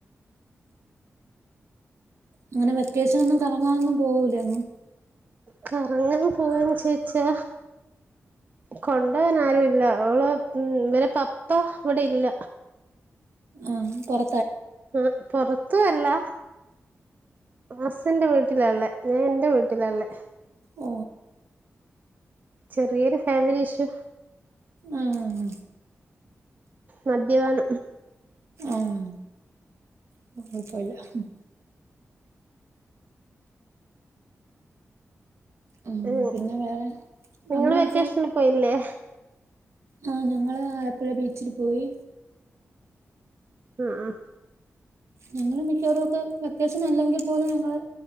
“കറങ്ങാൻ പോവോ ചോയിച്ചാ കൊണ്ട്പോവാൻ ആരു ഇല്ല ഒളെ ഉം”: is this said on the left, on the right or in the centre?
Right